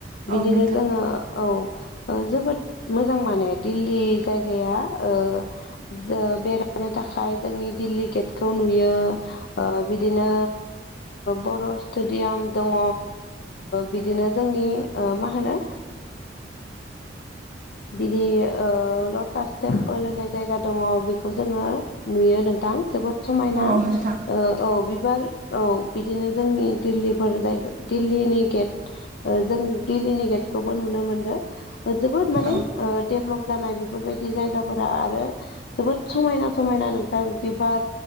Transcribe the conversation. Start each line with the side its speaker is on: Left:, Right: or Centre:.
Right: औ
Left: बिदिनो
Right: नोंथां
Left: जोङो औ जोबोद मोजां माने दिल्ली जायगा गैया बेरायनो थाखाय जोंनि दिल्ली गेटखौ नुयो ओ बिदिनो बर' स्टेडियाम दङ बिदिनो जोंनि मा होनो बिदि ओ लथ लटास टेम्पोल होननाय जायगा दङ बेखौ जोङो नुयो नोंथां जोबोद समायना
Right: औ
Left: ओ
Right: नोंथां
Left: औ बिबार औ बिदिनो जोंनि दिल्लीफोर जायगा दिल्लीनि गेट जों दिललिनि गेटखौबो नुनो मोनदों जोबोद माने
Right: औ
Left: देभेलप जानाय बेफोरबायदि बिदि जायगाफोरा आरो जोबोद समायना समायना नोंथां बिबार